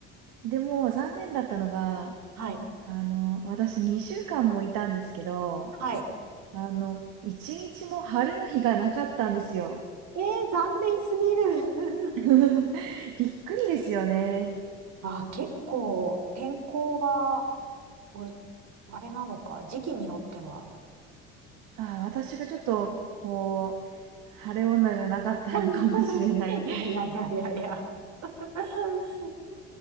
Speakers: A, on the right (about 65°); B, on the right (about 50°).
A: でも残念だったのが、
B: はい。
A: あの、私2週間もいたんですけど、
B: はい。
A: あの、1日も晴れの日がなかったんですよ。
B: えー、残念すぎる。
A: <laughs> びっくりですよね。
B: <laughs> あ、結構、天候が、うあれなのか、時期によっては。
A: まあ私がちょっと、こう、晴れ女じゃなかったのかもしれない。
B: <laughs> いやいやいやいやいや。<laughs>